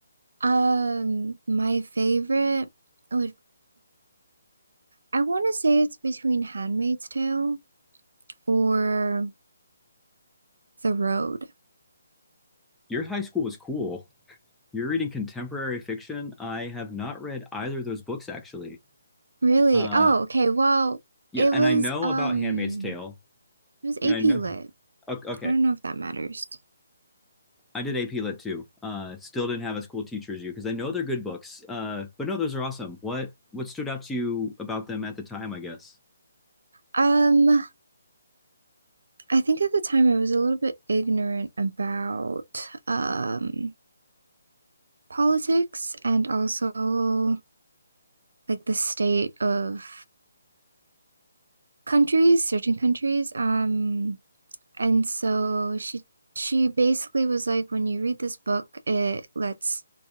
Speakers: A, on the right; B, in the centre.
A: Um, my favorite would I want to say it's between Handmaid's Tale or The Road.
B: Your high school was cool. You're reading contemporary fiction. I have not read either of those books actually.
A: Really?
B: Uh,
A: Oh, okay. Well,
B: yeah,
A: it
B: and
A: was
B: I know
A: um
B: about Handmaid's Tale,
A: it was AP
B: and I know.
A: Lit.
B: o- Okay,
A: I don't know if that matters.
B: I did AP Lit too. Uh, still didn't have as cool teacher as you because I know they're good books. Uh, but no, those are awesome. What what stood out to you about them at the time, I guess?
A: Um, I think at the time I was a little bit ignorant about um, politics and also like the state of countries, certain countries. Um, and so she she basically was like, when you read this book, it let's